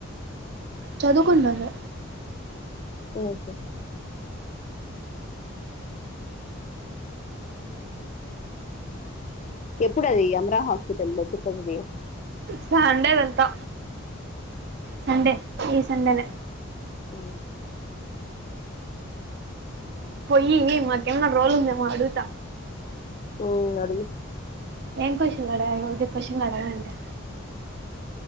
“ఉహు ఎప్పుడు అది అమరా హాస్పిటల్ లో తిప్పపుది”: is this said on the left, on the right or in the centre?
Left